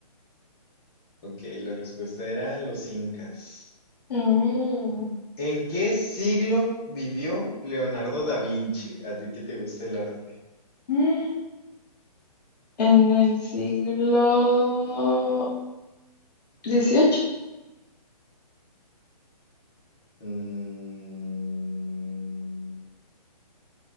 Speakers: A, on the left; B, on the left.
A: Ok, la respuesta era los incas.
B: Mm,
A: ¿En qué siglo vivió Leonardo da Vinci? A ti que te gusta el arte.
B: mm, en el siglo dieciocho
A: Mm,